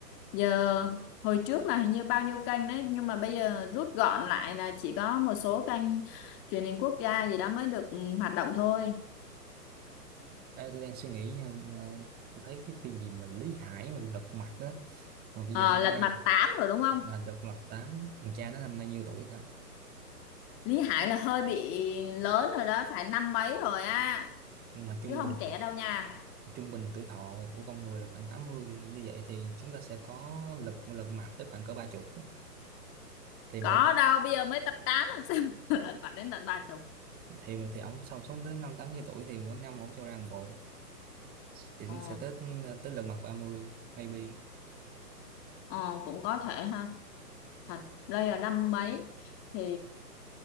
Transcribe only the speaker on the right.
Ê, tôi đang suy nghĩ nha, ờ, tôi thấy cái phim gì mà Lý Hải mà Lật Mặt á mà bây
giờ nó
đã ra
là Lật Mặt tám thằng cha nó năm nay nhiêu tuổi ta
mà trung
bình
trung bình tuổi thọ của con người là khoảng tám mươi như vậy thì chúng ta sẽ có lật lật mặt tới khoảng cỡ ba chục thì
mỗi
thì thì ông sống sống tới năm 80 tuổi thì mỗi năm ông cho ra một bộ thì nó
sẽ tới tới lật mặt ba mươi maybe